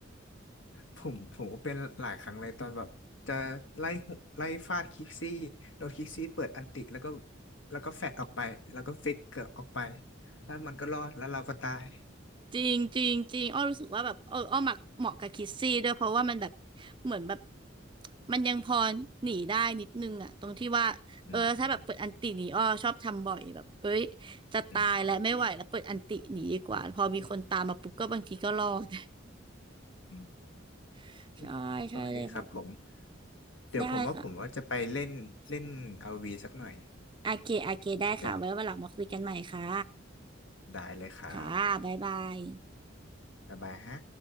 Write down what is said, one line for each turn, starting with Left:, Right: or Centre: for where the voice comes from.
Left: ผมผมก็เป็นหลายครั้งเลยตอนแบบจะไล่หุไล่ฟาดคิกซี่โดนคิกซี่เปิดอันติแล้วก็แล้วก็แฟดออกไปแล้วก็ฟิกเกืร์ออกไปแล้วมันก็รอดแล้วเราก็ตาย
Right: จริงจริงจริงอ้อรู้สึกว่าแบบเอออ้อมักเหมาะกับคิสซี่ด้วยเพราะว่ามันแบบเหมือนแบบมันยังพอหนีได้นิดนึงอะตรงที่ว่าเออถ้าแบบเปิดอันติหนีอ้อชอบทำบ่อยแบบเอ้ย
Left: อืม
Right: จะตายแล้วไม่ไหวแล้วเปิดอันติหนีดีกว่าพอมีคนตามมาปุ๊บก็บางทีก็รอด
Left: อืมอืมอืม
Right: <laughs>
Left: เอ้ยโอเคครับผม
Right: ใช่ใช่เลยค่ะ
Left: เดี๋ยวผมว่าผมว่าจะไปเล่นเล่นอาร์วีสักหน่อย
Right: ได้ค่ะโอเคโอเคได้ค่ะไว้วันหลังมาคุยกันใหม่ค่ะ
Left: เดี๋ยวได้เลยครับ
Right: ค่ะบ๊ายบาย
Left: บ๊ายบายฮะ